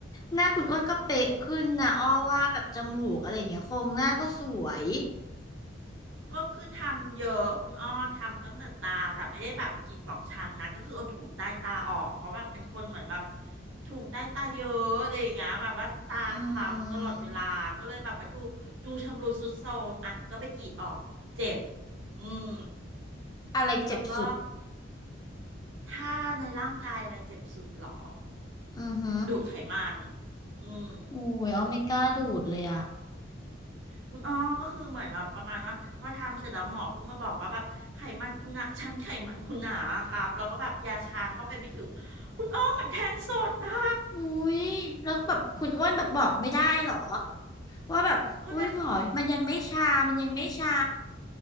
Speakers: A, on the left (about 20°); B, on the right (about 70°).
A: หน้าคุณอ้วนก็เป๊ะขึ้นนะอ้อว่าแบบจมูกอะไรอย่างเงี้ยโครงหน้าก็สวย
B: อืมก็คือทำเยอะคุณอ้อทำตั้งแต่ตา แต่ไม่ได้แบบกรีดสองชั้นนะก็คือเอาถุงใต้ตาออกเพราะว่าเป็นคนเหมือนแบบถุงใต้ตาเยอะอะไรอย่างเงี้ยแบบว่าตาคล้ำตลอดเวลาก็เลยแบบว่าดูดูชำรุดทรุดโทรมอ่ะก็ไปกรีดออกเจ็บ
A: อืม
B: อืม
A: อะไรเจ็บสุด
B: แล้วก็ถ้าในร่างกายอะไรเจ็บสุดหรอ
A: อือหือ
B: ดูดไขมัน อืม
A: โอุ้ยอ้อไม่กล้าดูดเลยอ่ะ
B: คุณอ้อก็คือเหมือนแบบประมาณว่าพอทำเสร็จแล้วหมอเพิ่งมาบอกว่าแบบไขมันคุณหนาชั้นไขมันคุณหนาครับแล้วก็แบบยาชาเข้าไปไม่ถึง คุณอ้อเหมือนแทงสดอะ
A: อุ้ยแล้วแบบคุณอ้วนแบบบอกไม่ได้เหรอ ว่าแบบอุ้ยหมอมันยังไม่ชา
B: ก็น่า
A: มันยังไม่ชา